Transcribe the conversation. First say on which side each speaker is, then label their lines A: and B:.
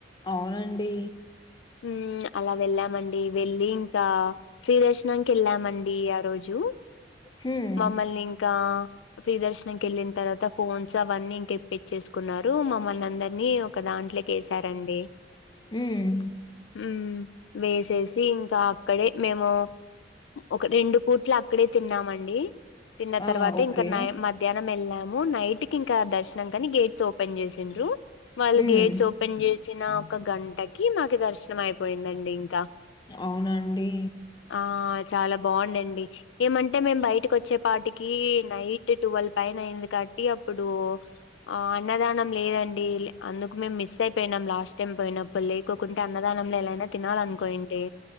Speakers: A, on the left; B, on the left.
A: అవునండీ
B: ఉమ్ అలా వెళ్ళామండి వెళ్ళి ఇంకా ఫ్రీ దర్శనానికి వెళ్ళామండీ ఆ రోజు
A: హ్మ్.
B: మమ్మల్ని ఇంకా ఫ్రీ దర్శనం కెళ్ళిన్ తర్వాత ఫోన్స్ అవన్నీ ఇంకేం తేప్పిచ్చేసుకున్నారు మమ్మల్నందర్నీ ఒక దాం కేసారండి
A: హ్మ్.
B: ఊ వేసేసి ఇంకా అక్కడే మేము ఒక రెండు పూట్లక్కడే తిన్నామండి తిన్న
A: ఆ!
B: తర్వాత
A: ఓకే.
B: ఇంకా నయ మ ధ్యానం వెళ్ళాము నైట్కి ఇంకా దర్శనం కని గేట్స్ ఓపెన్ చేసిండ్రు. వాళ్ళు
A: హ్మ్.
B: గేట్స్ ఓపెన్ చేసిన ఒక గంటకి మాకు దర్శనం అయిపోయిందండి ఇంక
A: అవునండి
B: ఆ చాలా బాగుండండి ఏమంటే మేము బయటికొచ్చే పాటికీ నైట్ టువల్ పైన అయింది కాట్టి అప్పుడు ఆ అన్నదానం లేదండీ లె అందుకు మేము మిస్ అయిపొయినం లాస్ట్ టైం పోయినప్పులే కోకుంట అన్నదానంలో ఎలాయినా తినాలనుకోయింటి